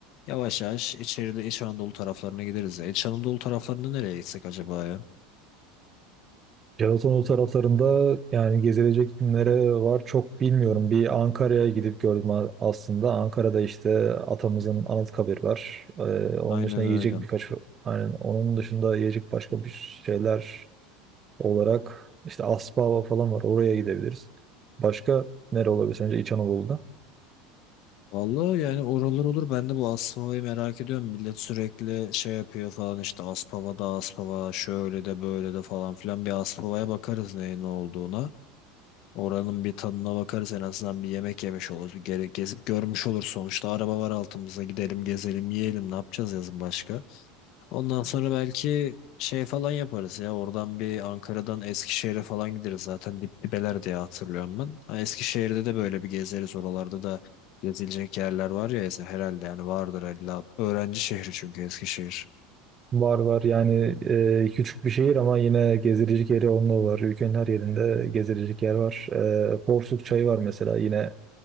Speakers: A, on the left; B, on the right.
A: yavaş yavaş içeride İç Anadolu taraflarına gideriz ya. İç Anadolu taraflarına nereye gitsek acaba ya?
B: Gelatonoğlu taraflarında yani gezilecek nere var çok bilmiyorum. Bir Ankara'ya gidip gördüm a- aslında. Ankara'da işte atamızın Anıtkabir var. Ee, onun
A: Aynen
B: dışında yiyecek
A: öyle.
B: birkaç yani onun dışında yiyecek başka bir şeyler olarak işte Aspava falan var. Oraya gidebiliriz. Başka nere olabilir sence İç Anadolu'da?
A: Vallahi yani oralar olur. Ben de bu Aspava'yı merak ediyorum. Millet sürekli şey yapıyor falan işte Aspava'da Aspava şöyle de böyle de falan filan. Bir Aspava'ya bakarız neyin ne olduğuna. Oranın bir tadına bakarız en azından bir yemek yemiş oluruz. Bir gere gezip görmüş olur sonuçta. Araba var altımızda gidelim gezelim yiyelim ne yapacağız yazın başka? Ondan sonra belki şey falan yaparız ya. Oradan bir Ankara'dan Eskişehir'e falan gideriz. Zaten dip dibeler diye hatırlıyorum ben. Ha, Eskişehir'de de böyle bir gezeriz. Oralarda da gezilecek yerler var ya herhalde yani vardır illa. Öğrenci şehri çünkü Eskişehir.
B: Var var yani e, küçük bir şehir ama yine gezilecek yeri onunla var. Ülkenin her yerinde gezilecek yer var. E, Porsuk Çayı var mesela yine